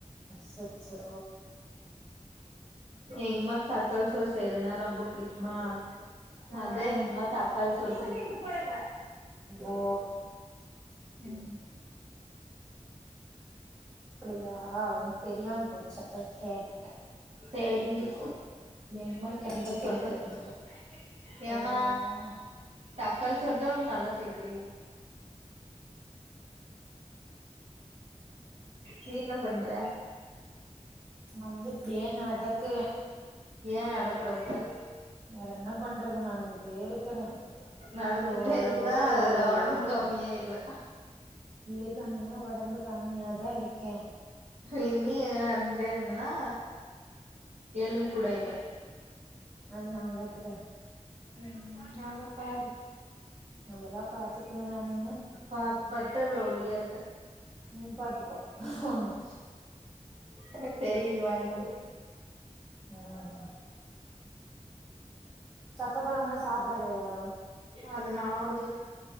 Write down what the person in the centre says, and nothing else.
சச்சோ
ம்
ஓ
அப்டியா எனக்கு தெரியாம போச்சே அதா கேட்டே
தெரிஞ்சுக்கிறே
தெரிஞ்சுக்கிறே
ஓ
நா வந்து இப்டியே நடக்குறே
வேற என்ன பண்றது நடந்துட்டே இருக்குறே
லோ
லோ லோ
லோ
லோ ஏற்கனவே ஒடம்பு கம்மியாதா இருக்கே
அது நா பாத்துக்குறே
அதெல்லா பாத்துக்குவே நானு
உம் பாத்துக்கோ உண்ண
அ சக்க பழமெல்லா சாப்டலையா